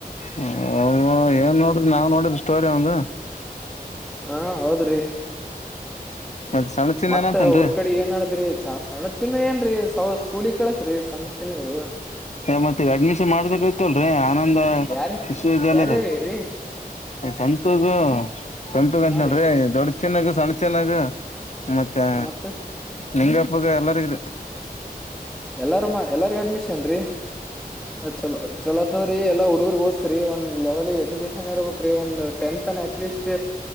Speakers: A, on the left; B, in the centre.
A: ಹ ಏನ್ ನೋಡ್ರಿ ನಾವ್ ನೋಡಿದ್ ಸ್ಟೋರಿ ಅವಂದು
B: ಹಾ ಹೌದ್ರಿ
A: ಮತ್ ಸಣ್ಣ ಚಿನ್ನ
B: ಮತ್ತ
A: ಏನಂತನ್ರಿ
B: ಅವರ್ ಕಡೆ ಏನಾಡದ್ರಿಸ ಸ <unintelligible> ಚಿನ್ನ ಏನ್ರೀ ಸಾವ ಸ್ಕೂಲಿಗೆ ಕಳಸ್ರಿ ಸಣ್ ಚಿನ್ನುಗೂ
A: ಮತ್ತ ಅಡ್ಮಿಷನ್ ಮಾಡ್ಸ ಇತಲ್ರೀ ಆನಂದ
B: ಯಾರಿ
A: ವಿಶ್ವವಿದ್ಯಾಲಯದ
B: ಯಾರ್ಯಾರೀ ರೀ
A: ಸಂತದು ಸಂತದು ಅಂತ
B: ಹಾ
A: ನಡ್ರಿ
B: ರೀ
A: ದೊಡ್ ಚೆನ್ನಾಗ ಸಣ್ ಚೆಲ್ಲಗ ಮತ್ತೆ
B: ಹ ಮತ್ತ
A: ನಿಂಗಪ್ಪಗ ಎಲ್ಲರಿಗಿದೆ
B: ಎಲ್ಲಾರ ಮಾ ಎಲ್ಲಾರ್ಗು ಅಡ್ಮಿಷನ್ ರೀ ಚಲೋ ಚಲೋದವ್ರೀ ಎಲ್ಲಾ ರ್ ಓದಸ್ರಿ ಒಂದು ಲೆವೆಲ್ ಎಜುಕೇಶನ್ ಇರಬೇಕ್ ರೀ ಒಂದ್ ಟೆಂತ್ ಅಟ್ ಲೀಸ್ಟ್